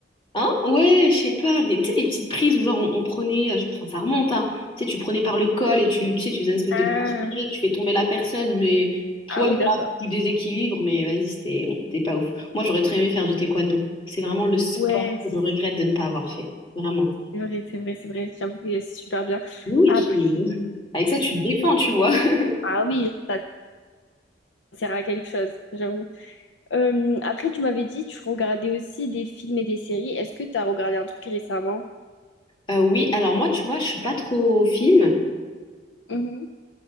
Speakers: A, on the left; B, on the left.
A: Hein? Ouais, je sais pas, des, tu sais, des petites prises où, genre, on, on prenait... euh, je- Enfin, ça remonte, hein. Tu sais, tu prenais par le col et tu, tu sais, tu faisais une espèce
B: Ah,
A: de crochet, tu fais tomber la personne, mais... Toi,
B: ah oui,
A: voilà,
B: d'accord.
A: du déséquilibre, mais vas-y, c'était c'était pas ouf. Moi, j'aurais très aimé faire du taekwondo. C'est vraiment le sport
B: Ouais,
A: que je regrette de ne pas avoir fait. Vraiment.
B: C'est vrai, c'est vrai, c'est vrai. J'avoue que c'est super bien.
A: Oui,
B: Après,
A: tu... avec ça, tu te défends, tu vois. <laughs>
B: ah oui, ça sert à quelque chose, j'avoue. Euh, après, tu m'avais dit, tu regardais aussi des films et des séries. Est-ce que tu as regardé un truc récemment?
A: Euh, oui, alors moi, tu vois, je suis pas trop film.
B: Mhm.